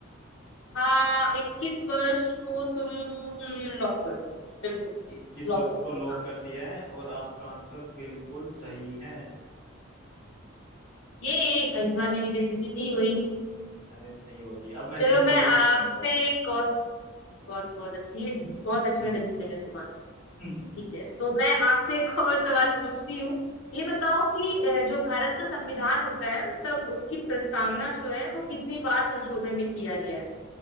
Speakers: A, on the left (about 80°); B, on the left (about 20°).
A: हाँ इक्कीस वर्ष को तुम लॉक कर दो बिल्कुल
B: इक्कीस
A: लॉक
B: वर्ष
A: कर
B: को
A: दो
B: लॉक
A: हाँ
B: कर दिया है और आपका आंसर बिल्कुल सही है
A: ये इस बार मेरी बेइज्जती नहीं हुई
B: अरे नहीं होगी अब मैं
A: चलो
B: सिंपल
A: मैं
B: ही
A: आपसे
B: पूछूंगा
A: एक और बहुत बहुत अच्छी है बहुत अच्छा
B: हम्म
A: डिसीजन है तुम्हारा
B: <laughs>
A: ठीक है तो मैं आपसे एक और सवाल पूछती हूँ ये बताओ कि अ, जो भारत का संविधान होता है मतलब उसकी प्रस्तावना जो है वो कितनी बार संशोधन में किया गया है